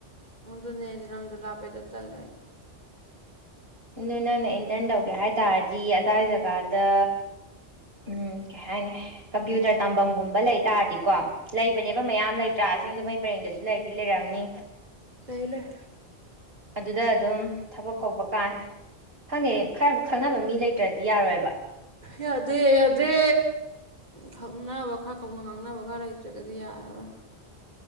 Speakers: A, on the right (about 35°); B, on the right (about 55°).
A: ꯑꯗꯨꯅꯦ ꯑꯩꯗꯤ ꯂꯝꯗꯨ ꯂꯥꯞꯄꯦ ꯑꯗꯣ ꯇꯜꯂꯦ ꯑꯩ
B: ꯑꯗꯣ ꯅꯪꯅ ꯏꯟꯇꯔꯟ ꯇꯧꯒꯦ ꯍꯥꯏ ꯇꯥꯔꯗꯤ ꯑꯗꯥꯏ ꯖꯒꯥꯗ ꯎꯝ ꯀꯩ ꯍꯥꯏꯅꯤ ꯀꯝꯄ꯭ꯌꯨꯇꯔ ꯇꯝꯐꯝꯒꯨꯝꯕ ꯂꯩ ꯇꯥꯔꯗꯤꯀꯣ ꯂꯩꯕꯅꯦꯕ ꯃꯌꯥꯝ ꯂꯩꯇ꯭ꯔꯥ ꯁꯤꯡꯖꯃꯩ ꯄꯔꯦꯡꯗꯁꯨ ꯂꯩꯗꯤ ꯂꯩꯔꯝꯅꯤ
A: ꯂꯩ ꯂꯩ
B: ꯑꯗꯨꯗ ꯑꯗꯨꯝ ꯊꯕꯛ ꯀꯧꯕ ꯀꯥꯟ ꯈꯪꯗꯦ ꯈꯔ ꯈꯪꯅ ꯕ ꯃꯤ ꯂꯩꯇ꯭ꯔꯗꯤ ꯌꯥꯔꯣꯏꯑꯕ
A: ꯌꯥꯗꯦ ꯌꯥꯗꯦ ꯈꯪꯅꯕ ꯈꯔ ꯀꯧꯅ ꯉꯥꯡꯅꯕ ꯈꯔ ꯂꯩꯇ꯭ꯔꯒꯗꯤ ꯑꯗꯨ ꯌꯥꯔꯔꯣꯏ